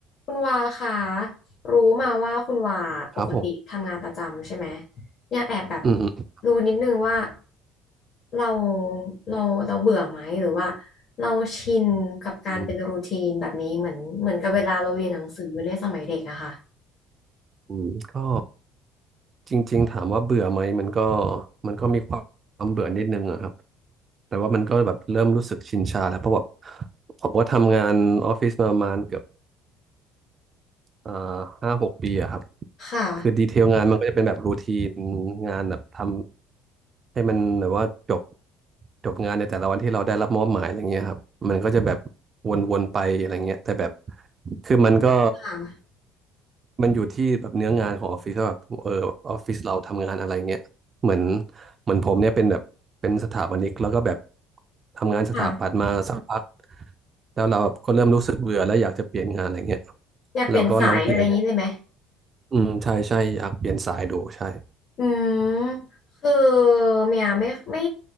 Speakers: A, on the left; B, on the right.
A: คุณวาค่ะรู้มาว่าคุณวาปกติทำงานประจำใช่ไหม
B: ครับผม
A: อยากแอบแบบ
B: อืมอืม
A: รู้นิดนึงว่าเราเราเราเบื่อไหมหรือว่าเราชินกับการเป็นรูทีนแบบนี้เหมือนเหมือนกับเวลาเราเรียนหนังสือในสมัยเด็กอะค่ะ
B: อืมอืมก็จริงๆถามว่าเบื่อไหมมันก็มันก็มีความเบื่อนิดนึงอะครับ แต่ว่ามันก็แบบเริ่มรู้สึกชินชาแล้วเพราะแบบผมว่าทำงานออฟฟิศมาประมาณเกือบอ่าห้าหกปีอะครับ
A: ค่ะ
B: คือดีเทลงานมันก็จะเป็นแบบรูทีนงานแบบทำให้มันแบบว่าจบจบงานในแต่ละวันที่เราได้รับมอบหมายอะไรเงี้ยครับมันก็จะแบบวนๆไปอะไรเงี้ยแต่แบบคือมันก็
A: ค่ะ
B: มันอยู่ที่แบบเนื้องานของออฟฟิศว่าแบบเออออฟฟิศเราทำงานอะไรเงี้ยเหมือนเหมือนผมเนี่ยเป็นแบบเป็นสถาปนิกแล้วก็แบบทำงานสถาปัตย์มาสักพัก
A: ค่ะ
B: แล้วเราแบบก็เริ่มรู้สึกเบื่อแล้วอยากจะเปลี่ยนงานอะไรเงี้ย
A: อยากเปลี่ยนสายอะไรอย่างนี้เลยไหม
B: เราก็ลองเปลี่ยนอืมใช่ใช่อยากเปลี่ยนสายดูใช่
A: อืมคือเมียไม่ไม่